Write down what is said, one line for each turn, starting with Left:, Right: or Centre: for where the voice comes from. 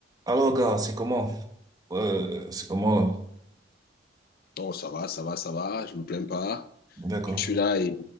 Right: Alors, gars, c'est comment? Euh, c'est comment là?
Left: Oh, ça va, ça va, ça va, je me plains pas.
Right: D'accord.
Left: Je suis là et